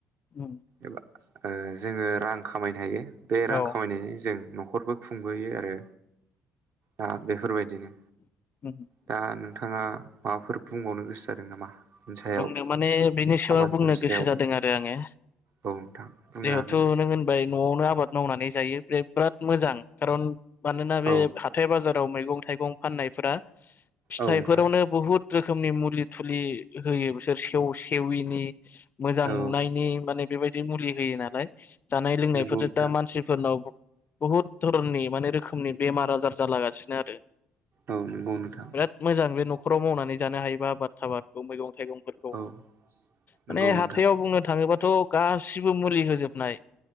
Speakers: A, on the left (about 40°); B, on the right (about 55°).
A: उम
B: एबा ओ जोङो रां खामायनो हायो बे रां
A: औ
B: खामायनायजों जों न'खरबो खुंबोयो आरो दा बेफोरबायदिनो
A: हुम हुम
B: दा नोंथाङा माबाफोर बुंबावनो गोसो जादों नामा बेनि सायाव
A: बुंनो माने बिनि सायाव
B: आबाद
A: बुंनो
B: मावनायनि
A: गोसो
B: सायाव
A: जादों आरो आङो
B: औ नोंथां बुंनो
A: जेहथ'
B: हागोन
A: नों होनबाय न'आवनो आबाद मावनानै जायो बे बिराद मोजां खारन मानोना बे
B: औ
A: हाथाय बाजार आव मैगं- थाइगं फाननायफोरा फिथाइफोरावनो
B: औ नोंथां
A: बुहुत रोखोमनि मुलि- थुलि होयो बिसोर सेव सेविनि मोजां
B: औ
A: नुनायनि माने बेबायदि मुलि होयो नालाय जानाय लोंनायफोरजों
B: नंगौ नोंथां
A: दा मानसिफोरनाव बुहुत धरननि माने रोखोमनि बेमार आजार जालागासिनो आरो
B: औ नोंगौ नोंथां
A: बिराद मोजां बे न'खराव मावनानै जानो हायोबा आबाद थाबादखौ मैगं- थाइगंखौ थाइगंफोरखौ
B: औ
A: माने
B: नंगौ नोंथां
A: हाथायाव बुंनो थाङोबा थ' गासिबो मुलि होजोबनाय